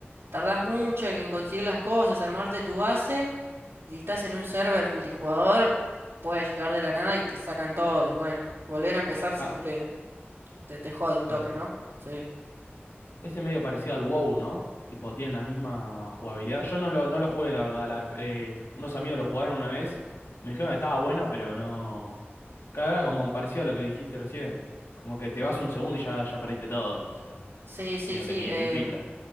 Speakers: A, on the right (about 75°); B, on the left (about 80°).
A: Tardás mucho en conseguir las cosas, armarte tu base y si estás en un server multijugador puedes llegar de la nada y te sacan todo y bueno, volver a empezar siempre
B: Ca-
A: te, te jode un
B: claro.
A: toque, ¿no? Sí.
B: Ese medio parecido al WoW, ¿no? Tipo, tienen la misma jugabilidad. Yo no lo, no lo jugué, la verdad. al Ark- eh, unos amigos lo jugaron una vez. Me dijeron que estaba bueno, pero no. Claro, era como parecido a lo que dijiste recién. Como que te vas un segundo y ya, ya perdiste todo. O sea,
A: Sí, sí,
B: medio
A: sí.
B: que ni,
A: em,
B: ni pinta.